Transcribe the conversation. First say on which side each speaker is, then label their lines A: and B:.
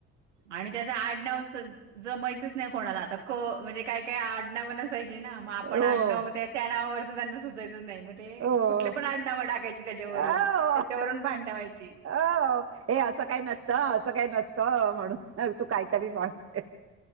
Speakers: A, on the right; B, on the right.
A: आणि त्याच आडनावच जमयचंच नाही कोणाला आता क म्हणजे काय काय आडनाव नसायची ना मग आपण
B: हो
A: आडनाव त्यात त्या नावावर तर त्यांना सुचायचंच नाही मग ते
B: हो
A: कुठले पण आडनाव टाकायची त्याच्यावरून
B: अ
A: त्याच्यावरून भांडण व्हायची.
B: अ ये असं काही नसतं अ असं काही नसतं म्हणून तू काहीतरी सांगते.